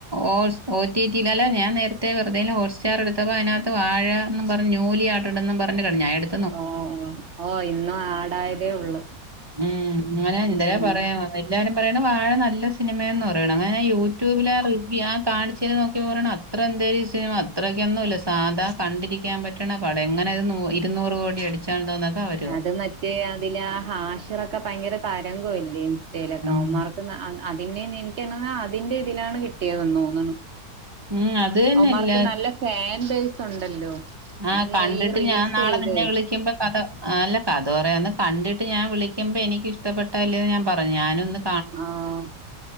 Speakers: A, on the right; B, on the right.
A: ഓസ് ഓ ടി ടി ലല്ല ഞാൻ നേരത്തെ വെറുതെലും ഹോട്ട്സ്റ്റാർ എടുത്തപ്പോ അതിനകത്ത് വാഴാന്നും പറഞ്ഞു ഞ്ഞുലി റ്റ്ട്ന്നും പറഞ്ഞ് ക ഞാ എടു
B: ഓ ഓ ഓ ഇന്നും ആടായതേ ഉള്ളു
A: ഉം അങ്ങനെ എന്തര
B: ഉം
A: പറയാ വന്ന് എല്ലാരും പറയണ വാഴ നല്ല സിനിമയാന്ന് പറ യണ്. അങ്ങനെ യൂട്യൂബില ആ റിവ്യൂ ആ കാണിച്ചേ നോക്കിയപ്പോ പറയണ് അത്‌ ത്ര എന്തേും ഈ സിനിമ അത്രയ്ക്കൊന്നും ഇല്ല സാത കണ്ടിരിക്കാൻ പറ്റ്ണ പടം എങ്ങനെ ഇത് നൂ ഇരുന്നൂറ് കോടി അടിച്ച <unintelligible>
B: അത് മറ്റേ അതില് ആ ഹാഷറൊക്കെ ഭയങ്കര തരംഗവുംല്ലേ ഇൻസ്റ്റയിലൊക്കെ
A: ഉം
B: അവന്മാർക്ക് അത് അതിന്റേന്ന് എനിക്ക് <unintelligible> അതിന്റെ ഇതിലാണ് കിട്ടിയതന്ന് തോന്നുണു.
A: ഉം അത് തന്നെയല്ല
B: അവമാർക്ക് നല്ല ഫാൻ ബേസ് ഉണ്ടല്ലോ
A: ആഹ്
B: ഉം
A: കണ്ടിട്ട്
B: ഈ റീൽസ്
A: ഞാൻ നാളെ
B: ചെയ്തേ
A: നിന്നെ വിളിക്കുമ്പ കഥ അല്ല കഥോറ അന്ന് കണ്ടിട്ട് ഞാൻ വിളിക്കുമ്പോ എനിക്ക് ഇഷ്ടപ്പെട്ടല്ലേന്ന് ഞാൻ പറഞ്ഞു ഞാന് ഒന്ന്
B: ഓഹ്